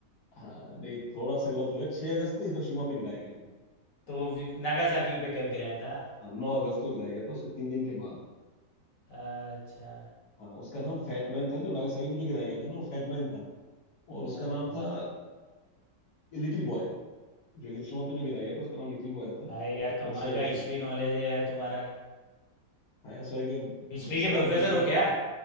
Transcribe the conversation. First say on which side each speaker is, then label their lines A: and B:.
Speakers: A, on the left; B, on the left.
A: हाँ नहीं थोड़ा सा गलत हो गया छह अगस्त को हिरोशिमा पे गिराया गया था
B: तो वी- नागासाकी पे कब गिराया था
A: हाँ नौ अगस्त को गिराया गया था उसके तीन दिन के बाद
B: अच्छा
A: हाँ उसका नाम फैटमैन था जो नागासाकी में जो गिराया गया था ना वो फैटमैन था और उसका
B: अच्छा।
A: नाम था लिटिल बॉय जो हिरोशिमा पे जो गिराया गया था उसका नाम लिटिल बॉय था
B: भाई यार कमाल
A: वो छह अगस्त
B: का हिस्ट्री
A: को गिराया गया
B: नॉलेज
A: था
B: है यार तुम्हारा
A: हाँ ऐसा है कि
B: हिस्ट्री
A: जब सवाल
B: के प्रोफेसर
A: पूछे
B: हो
A: रहा
B: क्या
A: था